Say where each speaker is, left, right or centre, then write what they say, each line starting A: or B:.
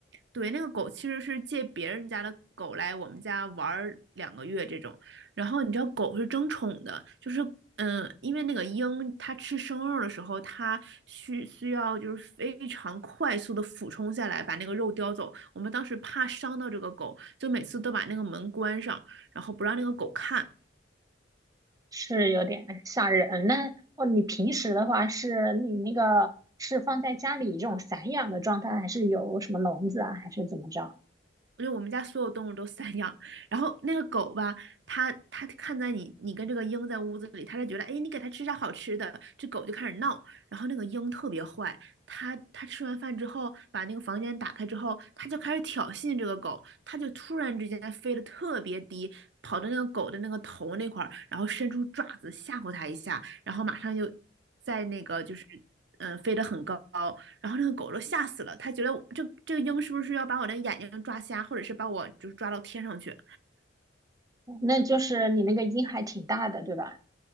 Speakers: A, on the right; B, on the right.
A: 对，那个狗其实是借别人家的狗来我们家玩儿两个月这种，然后你知道狗是争宠的，就是嗯，呃因为那个鹰它吃生肉的时候，它需需要就是非常快速的俯冲下来把那个肉叼走。我们当时怕伤到这个狗，就每次都把那个门关上，然后不让那个狗看。
B: 是有点吓人。那哦，你平时的话是你那个是放在家里这种散养的状态，还是有什么笼子啊，还是怎么着？
A: 因为我们家所有动物都散养，然后那个狗吧，它它看在你你跟这个鹰在屋子里，它就觉得，哎，你给它吃啥好吃的，这狗就开始闹。然后那个鹰特别坏，它它吃完饭之后，把那个房间打开之后，它就开始挑衅这个狗，它就突然之间飞得特别低，跑到那个狗的那个头那块儿，然后伸出爪子吓唬它一下，然后马上就在那个就是嗯、呃飞得很高，然后那个狗都吓死了，它觉得这这个鹰是不是要把我的眼睛抓瞎，或者是把我就是抓到天上去？
B: 那就是你那个音还挺大的，对吧？